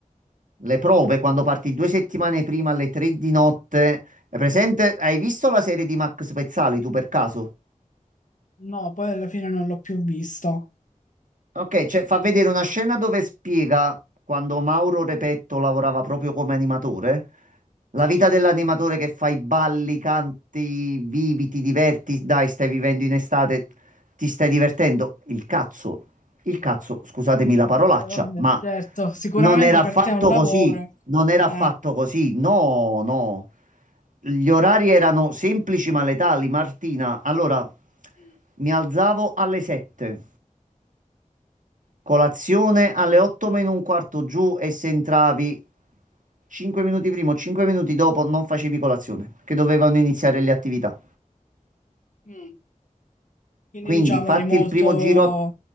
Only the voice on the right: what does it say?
Le prove quando parti due settimane prima alle tre di notte. È presente? Hai visto la serie di Max Pezzali tu per caso?
Ok, cioè fa vedere una scena dove spiega quando Mauro Repetto lavorava proprio come animatore, la
vita
dell'animatore che fa i balli, canti, vivi, ti diverti, dai, stai vivendo in estate, ti stai divertendo. Il cazzo, il cazzo, scusatemi la parolaccia,
ma
non era affatto
così, non era
affatto così, no, no. Gli orari erano semplici ma letali, Martina. Allora,
mi alzavo alle 7. Colazione alle 8 meno un quarto giù e se entravi 5 minuti prima o 5 minuti dopo non facevi colazione, che dovevano iniziare le attività.
Quindi
fatti
il primo giro